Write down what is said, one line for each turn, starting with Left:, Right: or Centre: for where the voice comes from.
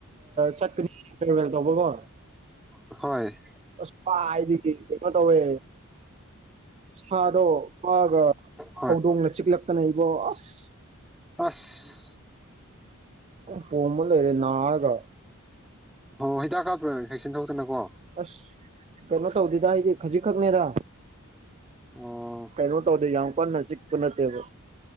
Right: ꯆꯠꯀꯅꯤ ꯐꯦꯔꯋꯦꯜ ꯇꯧꯕꯀꯣ
Centre: ꯍꯣꯏ
Right: ꯑꯁꯄꯥꯗꯤ ꯀꯩꯅꯣ ꯇꯧꯋꯦ ꯁꯥꯗꯣ ꯋꯥꯒ
Centre: ꯍꯣꯏ
Right: ꯍꯧꯗꯣꯡꯅ ꯆꯤꯛꯂꯛꯇꯅ ꯑꯩꯕꯣ ꯑꯁ
Centre: ꯑꯁ
Right: ꯄꯃ ꯂꯩꯔꯦ ꯅꯅꯥꯔꯒ
Centre: ꯑꯣꯣ ꯍꯤꯗꯥꯛ ꯀꯥꯞꯇ꯭ꯔꯣꯏꯅ ꯏꯟꯐꯦꯛꯁꯟ ꯊꯣꯛꯧꯇꯅꯀꯣ
Right: ꯑꯁ ꯀꯅ ꯁꯧꯗꯤꯗ ꯍꯥꯏꯗꯤ ꯈꯖꯤ ꯈꯛꯇꯅꯦꯗ
Centre: ꯑꯣ
Right: ꯀꯩꯅꯣ ꯇꯧꯗꯣꯏ ꯌꯥꯝ ꯀꯟꯅꯖꯤꯛ ꯄꯨꯅꯠꯇꯕ